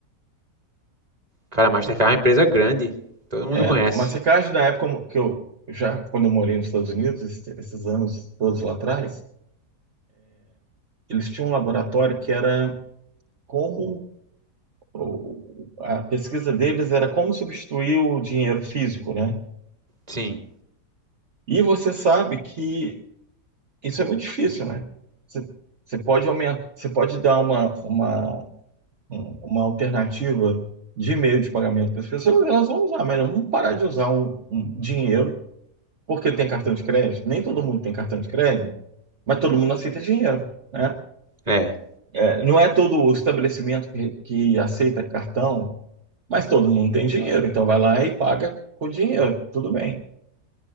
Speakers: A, on the right (about 25°); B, on the right (about 45°).
A: Cara, Mastercard é uma empresa grande. Todo mundo
B: É,
A: conhece.
B: a Mastercard, na época mo- que eu já, quando eu morei nos Estados Unidos, esses esses anos todos lá atrás, eles tinham um laboratório que era como o- a pesquisa deles era como substituir o dinheiro físico, né?
A: Sim,
B: E você sabe que isso é muito difícil, né? Você, você pode aumentar, você pode dar uma, uma, um- uma alternativa de meio de pagamento para as pessoas, elas vão usar, mas não vão parar de usar um, um dinheiro porque tem cartão de crédito. Nem todo mundo tem cartão de crédito, mas todo mundo aceita dinheiro, né?
A: é.
B: É, não é todo o estabelecimento que, que aceita cartão Mas todo mundo tem dinheiro, então vai lá e paga com dinheiro, tudo bem.